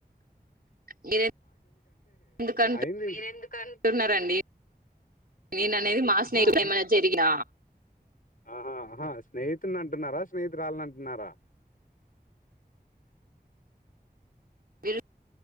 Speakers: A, on the right; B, on the left.
A: మీరె దుకంటు
B: అయింది మీరెందుకన్
A: న్నారండి నేను అనేది మా స్నేహి
B: ఆ
A: <unintelligible>
B: అం
A: ఏమైనా జరిగిన.
B: ఆహా అహా స్నేహితునంటున్నారా! స్నేహితురల్నంటున్నారా?
A: మీరు